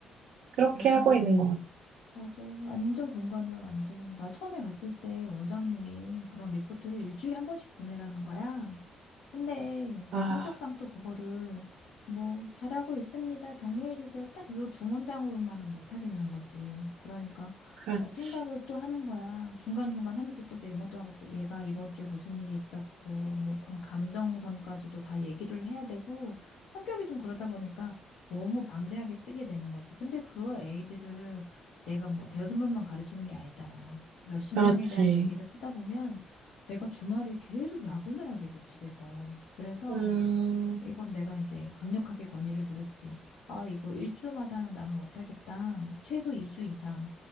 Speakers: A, on the right; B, on the left.
A: 그렇게
B: 맞아.
A: 하고 있는 것 같아.
B: 맞아. 완전 공감이야, 완전. 나 처음에 갔을 때 원장님이 그런 리포트를 일주일에 한 번씩 보내라는 거야. 근데
A: 아,
B: 내 성격상 또 그거를 뭐, 잘하고 있습니다. 격려해 주세요. 딱 요 두 문장으로만은 못 하겠는 거지. 그러니까
A: 그렇지.
B: 생각을 또 하는 거야. 중간중간 하면서 또 메모도 하고서 얘가 이번 주에 무슨 일이 있었고, 뭐 그런 감정선까지도 다 얘기를 해야 되고, 성격이 좀 그러다 보니까 너무 방대하게 쓰게 되는 거지. 근데 그 애들을 내가 뭐 대여섯 명만 가르치는 게 아니잖아. 몇십
A: 그렇지.
B: 명에 대한 얘기를 쓰다 보면 내가 주말에 계속 야근을 하게 돼, 집에서. 그래서
A: 음,
B: 이건 내가 이제 강력하게 건의를 드렸지. 아, 이거 일주마다는 나는 못하겠다. 최소 이 주 이상.